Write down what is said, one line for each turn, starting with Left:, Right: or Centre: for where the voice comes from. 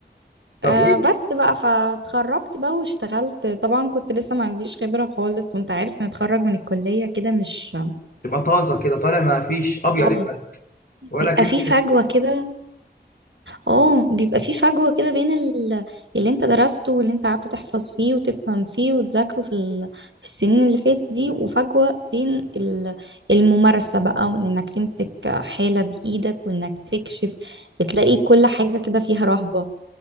Left: طب
Right: آه،
Left: ايه
Right: بس بقى فاتخرجت بقى واشتغلت طبعا كنت لسه ما عنديش خبرة خالص وانت عارف نتخرج من الكلية كده مش
Left: تبقى طازه كده طالع ما فيش ابيض
Right: اه
Left: يعني ولكن
Right: بيبقى في فجوة كده اه بيبقى في فجوة كده بين ال- اللي انت درسته واللي انت قعدت تحفظ فيه وتفهم فيه وتذاكره في ال- في السنين اللي فاتت دي وفجوة بين ال- الممارسة بقى وانك تمسك حالة بإيدك وانك تكشف بتلاقي كل حاجة كده فيها رهبة